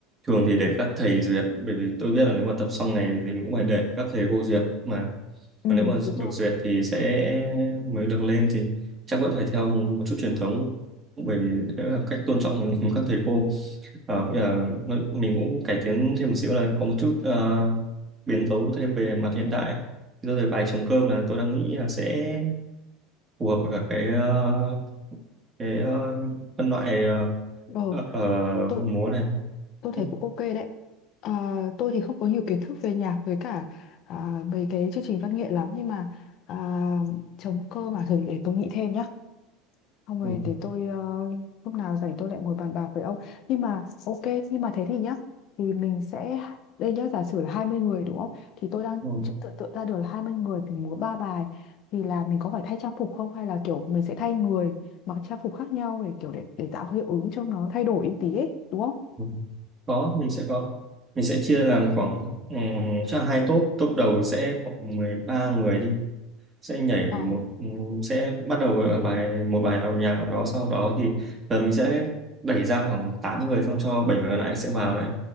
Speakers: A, on the right; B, on the left.
A: thường thì để các thầy duyệt bởi vì tôi biết là nếu mà tập xong này thì mình cũng phải để các thầy cô duyệt mà
B: ừ,
A: mà nếu mà
B: đúng
A: được
B: rồi.
A: duyệt thì sẽ mới được lên thì chắc vẫn phải theo một chút truyền thống bởi vì đấy là cách tôn trọng các thầy cô Ờ, bây giờ mình cũng cải tiến thêm một xíu là có một chút ờ, biến tấu thêm về mặt hiện đại. Rồi thì bài trống cơm là tôi đang nghĩ là sẽ phù hợp với cả cái ờ, cái ờ, phân loại ờ,
B: Ờ.
A: ờ, ờ,
B: Tôi.
A: múa này.
B: tôi thấy
A: Ừ,
B: cũng ok đấy Ờ, tôi thì không có nhiều kiến thức về nhạc với cả à, mấy cái chương trình văn nghệ lắm nhưng mà à, chống cơ mà thử để tôi nghĩ thêm nhá không rồi
A: ừ,
B: để tôi ờ, lúc nào rảnh tôi lại ngồi bàn bạc với ông nhưng mà ok nhưng mà thế thì nhá thì mình sẽ đây nhá giả sử là 20 người đúng không thì tôi đang
A: ừ,
B: chưa tưởng tượng ra được là 20 người thì múa ba bài thì là mình có phải thay trang phục không hay là kiểu mình sẽ thay người mặc trang phục khác nhau để kiểu để để tạo hiệu ứng cho nó thay đổi ý tí ấy đúng không
A: ừ. Có, mình sẽ có. Mình sẽ chia làm khoảng um, cho hai top. Top đầu sẽ khoảng 13 người đi. sẽ nhảy
B: Ờ,
A: một ừ, sẽ bắt đầu với bài một bài đầu nhạc nào đó sau đó thì giờ mình sẽ đẩy ra khoảng 8 người xong cho 7 người còn lại sẽ vào này